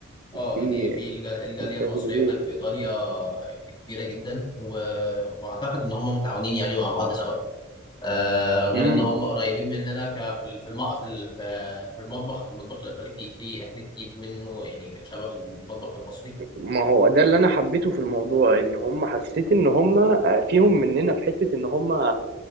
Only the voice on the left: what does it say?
اه
يعني في الج- الجاليه
المصريه
هناك في ايطاليا كبيره جدا و... واعتقد ان هم متعاونين يعني مع بعض سوا آه غير
ان هم قريبين مننا ك... في الم... في ال- في في المطبخ المطبخ الايطالي فيه فيه اكل كتير منه يعني شبه المطبخ المصري